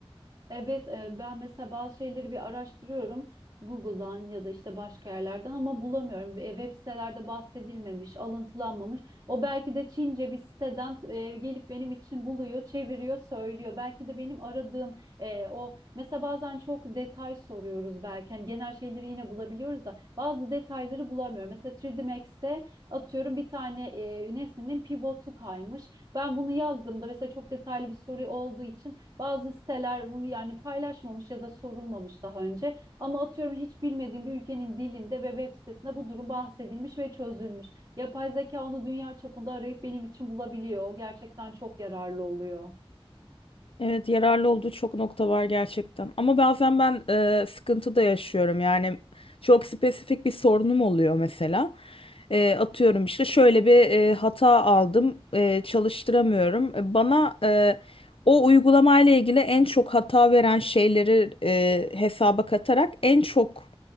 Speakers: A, on the right; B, on the left.
A: Evet, e, ben mesela bazı şeyleri bir araştırıyorum Google'dan ya da işte başka yerlerden ama bulamıyorum. E, Web sitelerde bahsedilmemiş, alıntılanmamış. O belki de Çince bir siteden e, gelip benim için buluyor, çeviriyor, söylüyor. Belki de benim aradığım e, o mesela bazen çok detay soruyoruz belki. Hani genel şeyleri yine bulabiliyoruz da bazı detayları bulamıyorum. Mesela 3D Max'te atıyorum bir tane e, nesnenin pivotu kaymış. Ben bunu yazdığımda mesela çok detaylı bir soru olduğu için bazı siteler bunu yani paylaşmamış ya da sorulmamış daha önce. Ama atıyorum hiç bilmediğim bir ülkenin dilinde ve web sitesinde bu durum bahsedilmiş ve çözülmüş. Yapay zeka onu dünya çapında arayıp benim için bulabiliyor. O gerçekten çok yararlı oluyor.
B: Evet, yararlı olduğu çok nokta var gerçekten. Ama bazen ben e, sıkıntı da yaşıyorum. Yani çok spesifik bir sorunum oluyor mesela. E, atıyorum işte şöyle bir e, hata aldım, e, çalıştıramıyorum. E, Bana e, o uygulamayla ilgili en çok hata veren şeyleri e, hesaba katarak en çok